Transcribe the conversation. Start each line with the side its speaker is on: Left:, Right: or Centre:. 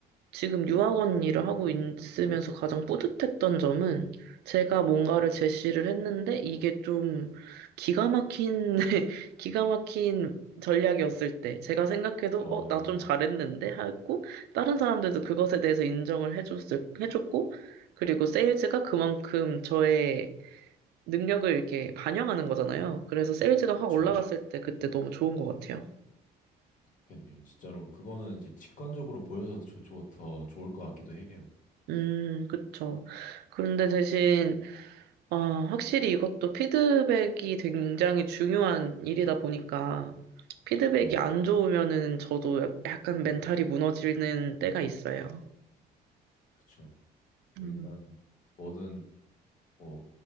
Right: 지금 유학원 일을 하고 있으면서 가장 뿌듯했던 점은 제가 뭔가를 제시를 했는데 이게 좀 기가 막힌, <laughs> 기가 막힌 전략이었을 때 제가 생각해도
Left: 어,
Right: 어, 나 좀 잘했는데 하고 다른 사람들도 그것에 대해서 인정을 해줬을, 해줬고 그리고 세일즈가 그만큼 저의 능력을 이렇게 반영하는 거잖아요. 그래서 세일즈가 확
Left: 그쵸.
Right: 올라갔을 때 그때 너무 좋은 것 같아요.
Left: 그렇겠네요. 진짜로 그거는 이제 직관적으로 보여서 조, 조, 더 좋을 것 같기도 해요.
Right: 음, 그쵸. 그런데 대신 아, 확실히 이것도 피드백이 굉장히 중요한 일이다 보니까 피드백이
Left: 네.
Right: 안 좋으면은 저도 약간 멘탈이 무너지는 때가 있어요.
Left: 그쵸. 일단
Right: 음,
Left: 뭐든 뭐